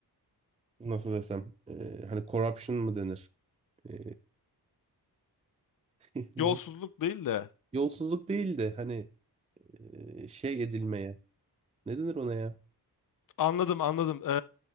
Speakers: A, on the right; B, on the left.
A: nasıl desem e, hani corruption mı denir? E, <laughs> ne?
B: Yolsuzluk değil de.
A: Yolsuzluk değil de hani e, şey edilmeye. Ne denir ona ya?
B: Anladım, anladım.